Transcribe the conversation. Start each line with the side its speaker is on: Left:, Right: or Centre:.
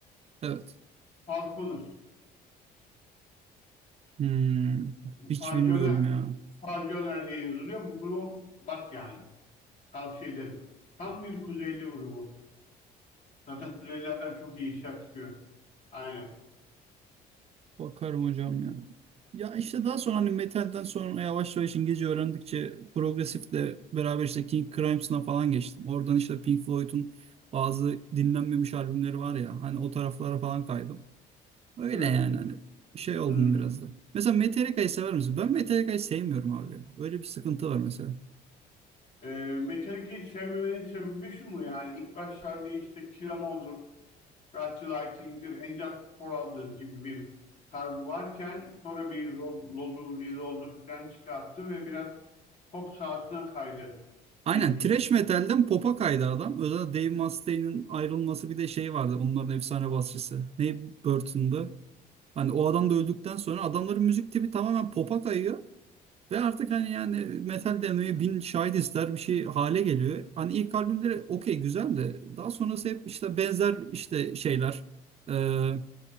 Right: evet.
Left: Falconer.
Right: Hmm, hiç
Left: Falconer,
Right: bilmiyorum ya.
Left: Falconer diye yazılıyor. Bu gruba bak yani. Tavsiye ederim. Tam bir Kuzeyli grubu. Zaten Kuzeylilerden çok iyi işler çıkıyor. Aynen.
Right: Bakarım hocam ya. Ya işte daha sonra hani metalden sonra yavaş yavaş İngilizce öğrendikçe progresifle beraber işte King Crimson'a falan geçtim. Oradan işte Pink Floyd'un bazı dinlenmemiş albümleri var ya hani o taraflara falan kaydım. Öyle
Left: Evet.
Right: yani hani şey oldum
Left: Hmm.
Right: biraz da. Mesela Metallica'yı sever misin? Ben Metallica'yı sevmiyorum abi. Öyle bir sıkıntı var mesela.
Left: Ee, Metallica'yı sevmemenin sebebi şu mu yani? İlk başlarda işte Kill 'Em All'dur, Rat the Lightning'dir, And Just For All'dır gibi bir tarzı varken sonra bir Rod- Lod'u, Reload'u falan çıkarttı ve biraz pop sahasına kaydı
Right: Aynen
Left: gibi bir.
Right: thrash metalden pop'a kaydı adam. Özellikle Dave Mustaine'in ayrılması bir de şey vardı. Onların efsane basçısı. Dave Burton'da. Hani o adam da öldükten sonra adamların müzik tipi tamamen pop'a kayıyor. Ve artık hani yani metal demeye bin şahit ister bir şey hale geliyor. Hani ilk albümleri okey güzel de daha sonrası hep işte benzer işte şeyler. Ee,